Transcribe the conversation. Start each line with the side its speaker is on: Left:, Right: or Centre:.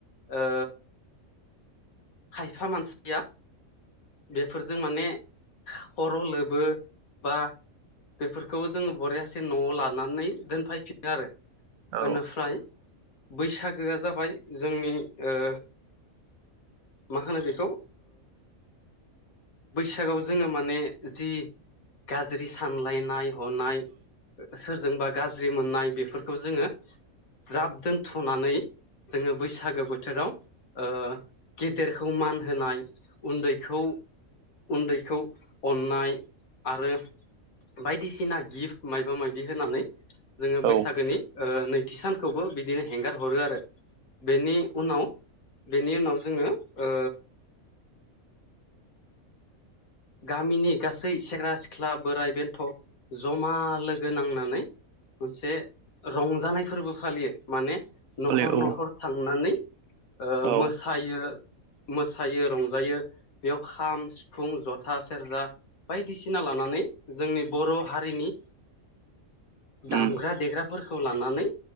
Left: ओ खायफा मानसिया बेफोरजों माने खर' लोबो बा बेफोरखौ जोङो बरियासे न'आव लादों नानै दोनफायफिनो आरो
Right: औ
Left: बेनिफ्राय बैसागोआ जाबाय जोंनि ओ मा होनो बेखौ बैसागोवाव जोङो माने जि गाज्रि सानलायनाय हनाय सोरजोंबा गाज्रि मोननाय बेफोरखौ जोङो ज्राब दोनथ'नानै जोङो बैसागो बोथोराव ओ गेदेरखौ मान होनाय उन्दैखौ उन्दैखौ अननाय आरो बायदिसिना गिफ्ट मायबा मायाबि होनानै जोङो
Right: औ
Left: बैसागोनि ओ नैथि सानखौबो बिदिनो हेंगार हरो आरो बेनि उनाव बेनि उनाव जोङो ओ गामिनि गासै सेंग्रा सिख्ला बोराइ बेन्थ' जमा लोगो नांनानै मोनसे रंजानाय फोरबो फालियो माने न'खर
Right: हले औ
Left: न'खर थांनानै ओ
Right: औ
Left: मोसायो मोसायो रंजायो बेयाव खाम सि फुं जथा सेरजा बायदिसिना लानानै जोंनि बर' हारिनि दामग्रा
Right: उम
Left: देग्राफोर खौ लानानै